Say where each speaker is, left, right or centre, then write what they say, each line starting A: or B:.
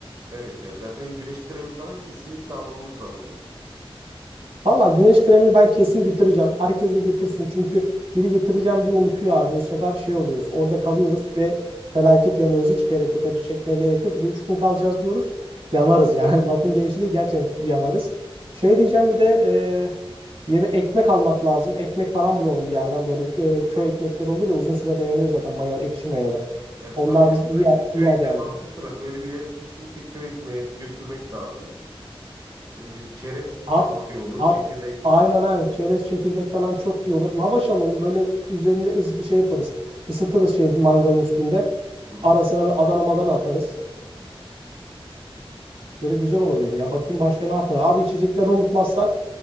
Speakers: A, on the right; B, on the right.
A: Evet yani zaten güneş kremi falan kesinlikle almamız lazım.
B: Valla güneş kremini ben kesin getireceğim. Herkes de getirsin. Çünkü biri getireceğim diye unutuyor abi. O sefer şey oluyoruz. Orada kalıyoruz ve felaket yanıyoruz. Hiç gerek yok. Acı çekmeye gerek yok. Bir de 3 gün kalacağız diyoruz. Yanarız yani. <laughs> Lafın gelişi de gerçekten yanarız. Şey diyeceğim bir de e, yeme ekmek almak lazım. Ekmek falan bulalım bir yerden. Böyle e, köy ekmekleri olur ya uzun süre dayanıyor zaten mayalı, ekşi mayalı.
A: Ya
B: Onlar
A: tabii canım
B: biz iyi,
A: aynen. Köy
B: iyi ederdi.
A: ekmeği mantıklı bak. Öyle bir yere kesinlikle köy ekmeği götürmek lazım. Ee, çerez
B: At,
A: çok iyi olur.
B: at,
A: Çekirdek.
B: aynen aynen. Çerez çekirdek falan çok iyi olur. Lavaş alalım. Böyle üzerinde ızgı şey yaparız. Isıtırız şey mangalın üstünde.
A: Hı hı.
B: Arasına böyle Adana madana atarız. Böyle güzel olabilir ya. Bakayım başka ne yapar. Abi içecekleri unutmazsak